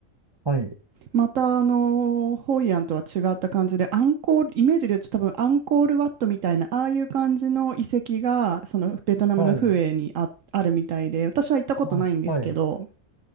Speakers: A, on the right (about 25°); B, on the right (about 70°).
A: はい、
B: またあのホイアンとは違った感じでアンコールイメージで言うと多分アンコールワットみたいなああいう感じの遺跡がそのベトナムのフエにあ、
A: はい、
B: あるみたいで私は行ったことないんですけど
A: あ、はい。